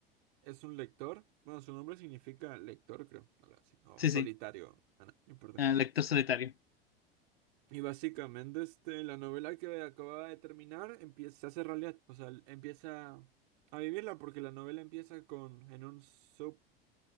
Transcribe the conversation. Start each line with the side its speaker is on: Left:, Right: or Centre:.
Right: es un lector. Bueno, su nombre significa lector, creo, algo así, o
Left: Sí,
Right: solitario,
Left: sí,
Right: ah, no, no importa.
Left: eh, lector solitario.
Right: Y básicamente, este, la novela que acaba de terminar empieza, se hace realidad, o sea, empieza a vivirla porque la novela empieza con, en un sub